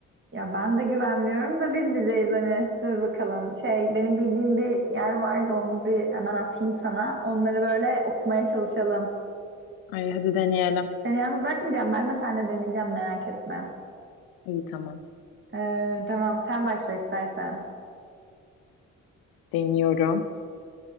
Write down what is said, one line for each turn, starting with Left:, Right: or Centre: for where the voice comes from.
Right: Ya ben de güvenmiyorum da biz bizeyiz hani. Dur bakalım. Şey benim bildiğim bir yer vardı onu bir hemen atayım sana. Onları böyle okumaya çalışalım.
Left: Ay hadi deneyelim.
Right: Seni yalnız bırakmayacağım. Ben de seninle deneyeceğim merak etme.
Left: İyi tamam.
Right: Ee, tamam sen başla istersen.
Left: Deniyorum.